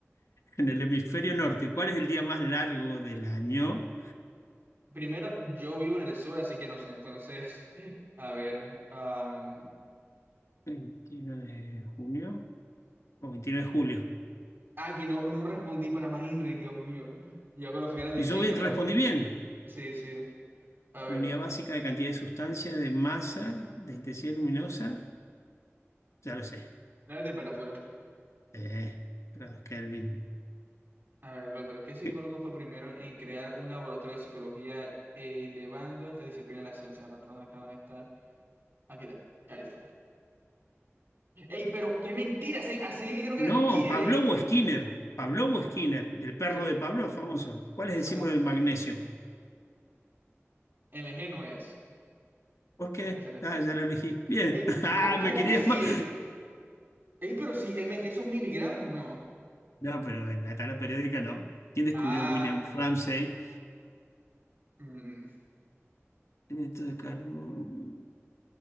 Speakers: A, on the left (about 75°); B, on the right (about 40°).
A: En el hemisferio norte, ¿cuál es el día más largo del año?
B: Primero, yo vivo en el sur, así que no sé, entonces, <laughs> a ver. am,
A: 21 de junio o 29 de julio.
B: Ah, que no, no respondí para más Henry, Dios mío. Yo creo que era de
A: Y
B: diciembre,
A: yo bien, respondí
B: a ver.
A: bien.
B: Sí, sí. A ver,
A: La unidad básica de cantidad de sustancia, de masa, de intensidad luminosa, ya lo sé.
B: la temperatura.
A: Eh, grados Kelvin.
B: A ver, doctor, ¿qué psicólogo
A: ¿Qué?
B: fue primero en crear un laboratorio de psicología elevando esta disciplina a la ciencia? No está? ¿Dónde está? ¿Dónde está? Aquí está. Ya listo. ¡Ey, pero qué mentira! Se, así me dijeron que
A: No,
B: era Skinner,
A: Pavlov
B: ¿eh?
A: o Skinner. Pavlov o Skinner, el perro
B: Se-
A: de Pavlov, famoso. ¿Cuál es
B: según
A: el símbolo del magnesio?
B: MG no es.
A: ¿Por qué?
B: Tiene que ser este.
A: Ah, ya lo elegí. Bien.
B: ¡Ey,
A: <laughs> Ah,
B: co- cómo
A: me querías
B: que sí
A: más.
B: es? ¡Ey, pero si MG son miligramos, no!
A: No, pero en la tabla periódica no. ¿Quién descubrió
B: Ah.
A: William Ramsay?
B: mm.
A: Hidrato de carbono.